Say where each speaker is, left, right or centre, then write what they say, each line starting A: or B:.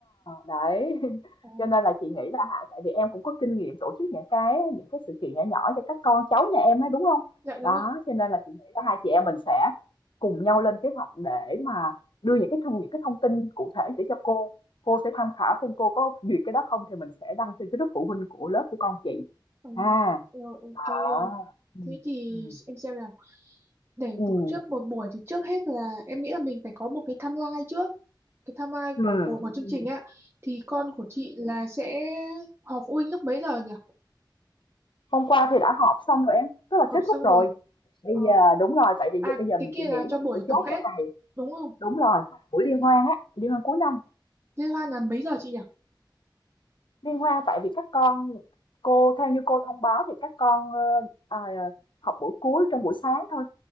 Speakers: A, on the left; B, on the right.
A: đấy. <laughs>
B: Ờ,
A: Cho nên là chị nghĩ là hả, tại vì em cũng có kinh nghiệm tổ chức những cái những cái sự kiện nhỏ nhỏ cho các con cháu nhà em ấy, đúng không
B: dạ đúng
A: Đó,
B: rồi.
A: cho nên là chị nghĩ là hai chị em mình sẽ cùng nhau lên kế hoạch để mà đưa những cái thông những cái thông tin cụ thể để cho cô. Cô sẽ tham khảo xem cô có duyệt cái đó không thì mình sẽ đăng trên cái lớp phụ huynh của lớp của con chị
B: Ờ,
A: ha.
B: rồi, ok.
A: Đó. Ừm,
B: Thế thì
A: ừm.
B: em xem nào. Để
A: Ừm,
B: tổ chức một buổi thì trước hết là em nghĩ là mình phải có một cái timeline trước. Cái timeline
A: ừm,
B: của, của, của chương
A: ừm,
B: trình á. Thì con của chị là sẽ họp phụ huynh lúc mấy giờ nhỉ?
A: Hôm qua thì đã họp xong rồi em, tức là
B: Họp
A: kết
B: xong
A: thúc rồi.
B: rồi.
A: Bây
B: Ờ,
A: giờ đúng rồi, tại vì
B: à,
A: bây giờ mình
B: cái kia
A: chỉ nghĩ
B: là cho
A: là mình
B: buổi
A: sẽ chốt
B: tổng kết,
A: cái này.
B: đúng không?
A: Đúng rồi, buổi liên hoan á, liên hoan cuối năm.
B: Liên hoan là mấy giờ chị nhỉ?
A: Liên hoan tại vì các con cô theo như cô thông báo thì các con ờ, à, học buổi cuối trong buổi sáng thôi.